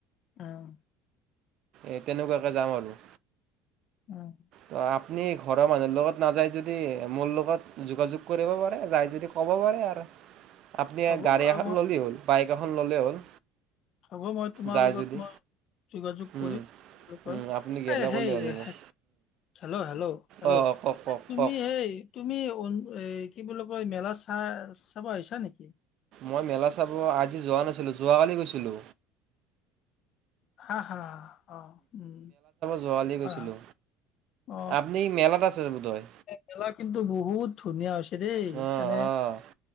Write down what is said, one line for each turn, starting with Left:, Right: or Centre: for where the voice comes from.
Left: অহ।
Right: এ তেনেকুৱাকে যাম আৰু।
Left: উম।
Right: ত আপুনি ঘৰৰ মানুহৰ লগত নাযায় যদি মোৰ লগত যোগাযোগ কৰিব পাৰে যাই যদি। কব পাৰে আৰু আপুনি
Left: হ'ব
Right: গাড়ী
Left: বাৰু
Right: এখন
Left: মই
Right: ল'লে হ'ল বাইক এখন ল'লে হ'ল।
Left: হ'ব মই তোমাৰ
Right: যায়
Left: লগত
Right: যদি
Left: মই। যোগাযোগ
Right: উম,
Left: কৰিম।
Right: উম, আপুনি গেলে
Left: এ সেই
Right: ক'লেই হ'ল মোক
Left: হেল্ল' হেল্ল' হেল্ল'
Right: অঁ অঁ কওক কওক
Left: তুমি
Right: কওক
Left: সেই তুমি এই কি বুলি কয় মেলা চা চাবা আইছা নেকি?
Right: মই মেলা চাব আজি যোৱা নাছিলো। যোৱাকালি গৈছিলো।
Left: হা হা অ উম।
Right: ছোৱালী গৈছিলো
Left: হয় হয় অ
Right: আপুনি মেলাত আছে যাব তয়।
Left: মেলা কিন্তু বহুত ধুনীয়া হৈছে দেই
Right: অ',
Left: মানে।
Right: অ'।